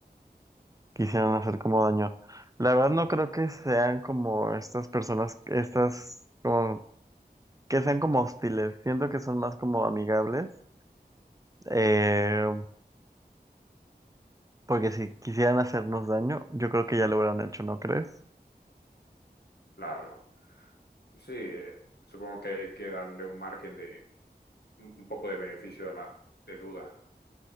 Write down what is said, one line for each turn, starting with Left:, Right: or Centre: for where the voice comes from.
Right: quisieran hacer como daño. La verdad no creo que sean como estas personas, estas como que sean como hostiles, siento que son más como amigables. Eh, Porque si quisieran hacernos daño, yo creo que ya lo hubieran hecho, ¿no crees?
Left: Claro, sí, eh, supongo que hay que darle un margen de un un poco de beneficio de la de duda.